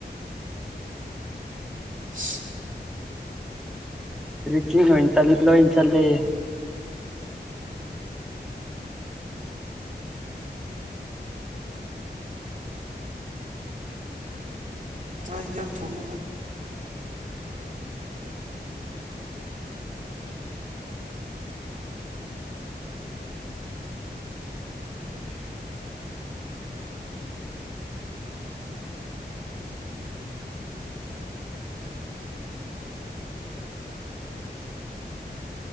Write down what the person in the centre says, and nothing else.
ꯇꯔꯤꯀꯤꯤꯡ ꯆꯠ ꯂꯣꯏ ꯆꯠꯂꯦꯦ